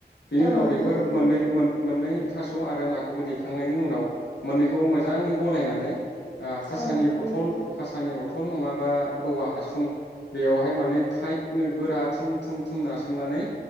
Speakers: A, on the left; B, on the left.
A: बेनि
B: औ
A: उनाव
B: नंगौ
A: बेफोर
B: नोंथां
A: मोननै मोन मोननै थास‌ आरो नाखौबो देखांनायनि उनाव मोननैखौबो मोजांङै गलायनानै ओ खासानि
B: औ नंगौ
A: बथल
B: नोंथां
A: खासानि बथल सटल नङाबा औवा हासुं बेवहाय माने थाइटनो गोरा थुम थुम थुम नारसि सुंनानै